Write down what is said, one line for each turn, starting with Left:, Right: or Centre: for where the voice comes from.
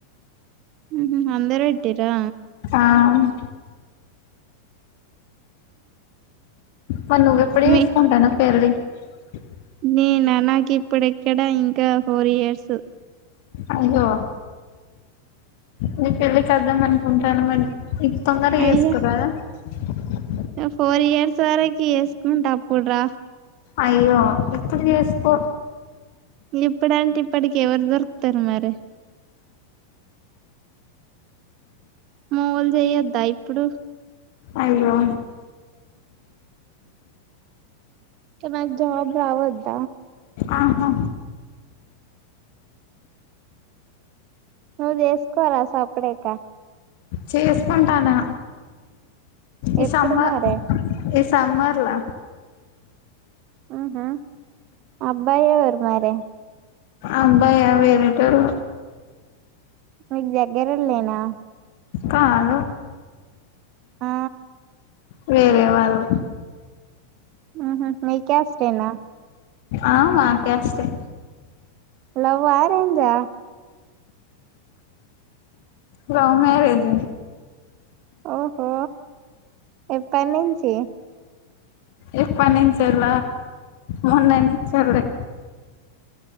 Right: ఊహ్మ్ అందరు వెట్టీరా
Left: అవున్ మరి నువ్వుప్పుడే
Right: మీ
Left: చేస్కుంటన్నవ్ పెళ్లి <unintelligible>
Right: నీ నానకి ఇప్పుడెక్కడ ఇంకా ఫోర్ ఇయర్స్
Left: అయ్యో నీ పెళ్ళి కద్దాం అనుకుంటనమండి ఇక్ తొందర
Right: అయ్యా
Left: చేసుకురాదు <unintelligible>
Right: ఫోర్ ఇయర్స్ వరకు వేసుకుంటప్పుడ్రా
Left: అయ్యో ఇప్పుడు చేసుకో
Right: ఇప్పుడంటే ఇప్పటికి ఎవరు దొరుకుతారు మరి మావొలు చెయొద్దా ఇప్పుడు
Left: అయ్యో
Right: <unintelligible> మాకు జాబ్ రావద్ద
Left: ఆహా
Right: నువ్వు చేసుకోరా సపడేకా
Left: చేసుకుంటాను ఈసమ్మ
Right: ఎప్పుడు మరే
Left: ఈస సమర్లా
Right: ఊహ్మ్ అబ్బాయేవరు మరి
Left: అబ్బాయా వేరటోడు
Right: మీకు దగ్గరోలేనా
Left: కాదు
Right: ఆ
Left: వేరే వాళ్ళు
Right: ఊహ్మ్ మీక్యాస్టేనా
Left: ఆ మా క్యాస్ట్ ఏ
Right: లవ్ ఆ అరెంజ్ ఆ
Left: లవ్ మ్యారేజు.
Right: ఓహో! ఏపనించి?
Left: ఎప్పనించల, మొన్న నించలే.